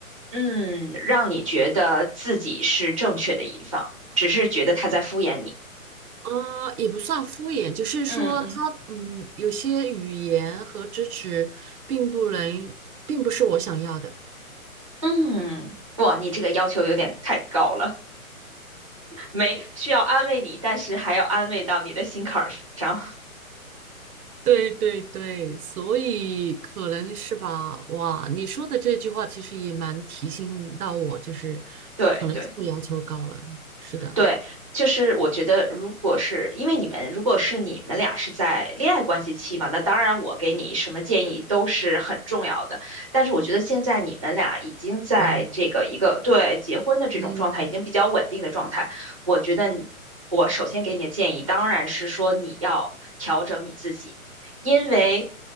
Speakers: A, on the right; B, on the right.
A: 嗯，让你觉得自己是正确的一方，只是觉得他在敷衍你。
B: 啊，也不算敷衍，就是说他嗯，
A: 嗯嗯
B: 有些语言和支持并不能，并不是我想要的。
A: 嗯，哇，你这个要求有点太高了，没需要安慰你，但是还要安慰到你的心坎儿上。<laughs>
B: 对对对，所以可能是吧。哇，你说的这句话其实也蛮提醒到我，就是可能自我要求高了。
A: 对对。
B: 是的，
A: 对，就是我觉得，如果是因为你们，如果是你们俩是在恋爱关系期嘛，那当然我给你什么建议都是很重要的。但是我觉得现在你们俩已经在这个一个对结婚的这种状态，
B: 嗯，婚婚姻状态。
A: 已经比较稳定的状态。我觉得你我首先给你的建议当然是说你要调整你自己，因为